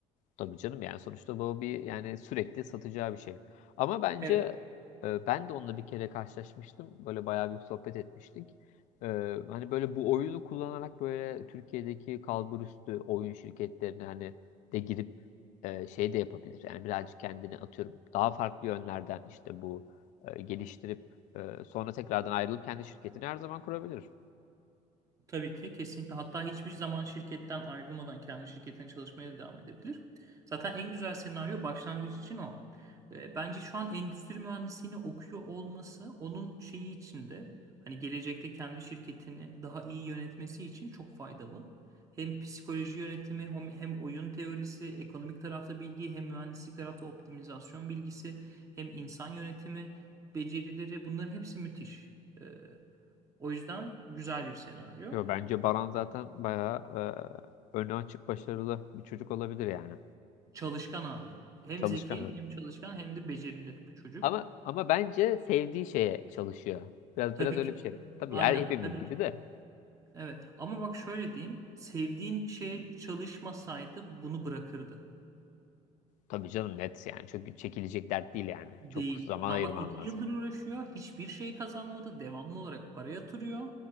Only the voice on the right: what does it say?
Evet.
Tabii ki kesinlikle. Hatta hiçbir zaman şirketten ayrılmadan kendi şirketine çalışmaya devam edebilir. Zaten en güzel senaryo başlangıç için o. E, Bence şu an endüstri mühendisliğini okuyor olması onun şeyi içinde hani gelecekte kendi şirketini daha iyi yönetmesi için çok faydalı. Hem psikoloji yönetimi hem, hem oyun teorisi, ekonomik tarafta bilgi, hem mühendislik tarafta optimizasyon bilgisi, hem insan yönetimi becerileri bunların hepsi müthiş. E, o yüzden güzel bir senaryo.
Çalışkan abi. Hem
zeki hem çalışkan hem de becerili bir çocuk.
Tabii
ki.
Aynen
tabii
ki.
Evet ama bak şöyle diyeyim. Sevdiğin şeye çalışmasaydı bunu bırakırdı.
Değil.
Kaan
bak iki
yıldır uğraşıyor. Hiçbir şey kazanmadı. Devamlı olarak para yatırıyor.